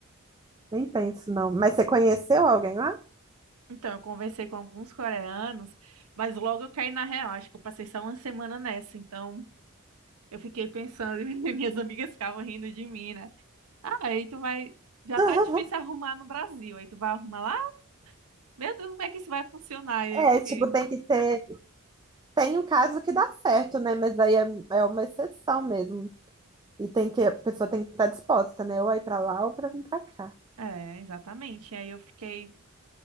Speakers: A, on the right; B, on the right.
A: nem penso não. Mas você conheceu alguém lá?
B: Então, eu conversei com alguns coreanos, mas logo eu caí na real. Acho que eu passei só uma semana nessa. Então, eu fiquei pensando, <laughs> e minhas amigas ficavam rindo de mim, né? Ah, aí tu vai. Já
A: <laughs>
B: tá difícil arrumar no Brasil. Aí tu vai arrumar lá? Meu Deus, como é que isso vai funcionar? E
A: É,
B: eu fiquei.
A: tipo, tem que ter. Tem um caso que dá certo, né? Mas aí é, é uma exceção mesmo. E tem que, a pessoa tem que estar disposta, né? Ou a ir pra lá ou pra vir pra cá.
B: É, exatamente. Aí eu fiquei.